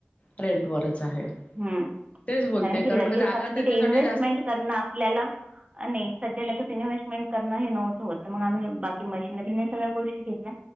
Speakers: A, on the left (about 30°); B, on the right (about 25°).
A: रेंटवरच आहे
B: ह
A: तेच बोलते
B: कारण लगेचआपण
A: जागा
B: तिथे
A: त्याच्यासाठी
B: इन्व्हेस्टमेंट.
A: जास्त
B: करणं आपल्याला आणि सध्याला लगेच. इन्व्हेस्टमेंट करण हे नव्हतं होतं मग आम्ही बाकी मशनरीने सगळ्या गोष्टी घेतल्या.